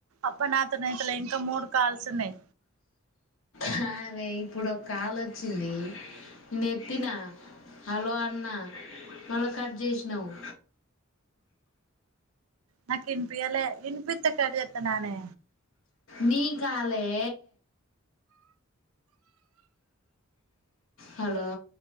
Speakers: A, on the right (about 80°); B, on the left (about 65°).
A: అబ్బా నాతోని అయితలే ఇంకా మూడు కాల్స్ ఉన్నాయి.
B: హా వే ఇప్పుడొక కాలు వచ్చింది. నేను ఎత్తిన హలో అన్న మళ్ళా కట్ చేసినావు.
A: నాకు యిన్పియలే, వినిపిత్తే కట్ చేత్తనా నే.
B: నీ కాలే హలో